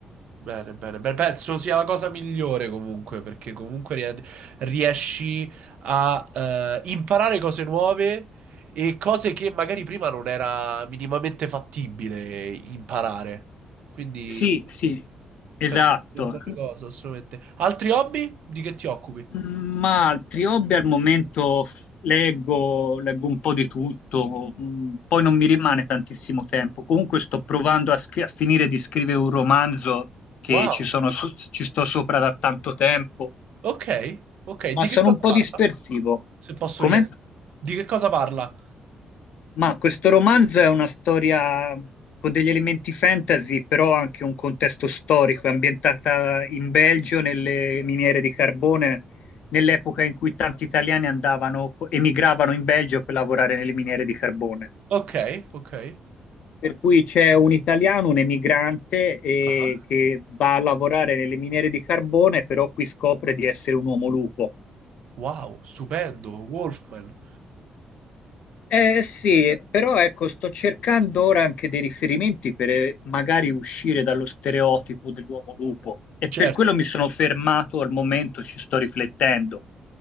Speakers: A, on the right; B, on the left.
A: Bene, bene, bene. Penso sia la cosa migliore comunque, perché comunque rie- riesci a eh, imparare cose nuove e cose che magari prima non era minimamente fattibile imparare. Quindi
B: Sì, sì. Esatto,
A: penso sia una buona cosa, assolutamente. Altri hobby? Di che ti occupi?
B: Mm, ma altri hobby al momento leggo, leggo un po' di tutto, mm, poi non mi rimane tantissimo tempo. Comunque sto provando a, scri- a finire di scrivere un romanzo che
A: Wow.
B: ci sono so- ci sto sopra da tanto tempo,
A: Ok, ok. Di
B: ma sono
A: che cosa
B: un po'
A: parla?
B: dispersivo.
A: Se posso
B: Come?
A: chiedere. Di che cosa parla?
B: Ma questo romanzo è una storia con degli elementi fantasy, però anche un contesto storico, è ambientata in Belgio, nelle miniere di carbone, nell'epoca in cui tanti italiani andavano, emigravano in Belgio per lavorare nelle miniere di carbone.
A: Ok, ok.
B: Per cui c'è un italiano, un emigrante, eh,
A: Ah.
B: che va a lavorare nelle miniere di carbone, però qui scopre di essere un uomo lupo
A: Wow, stupendo, Wolfman.
B: Eh sì, però ecco, sto cercando ora anche dei riferimenti per eh, magari uscire dallo stereotipo dell'uomo lupo e
A: Certo.
B: per quello mi sono fermato al momento, ci sto riflettendo.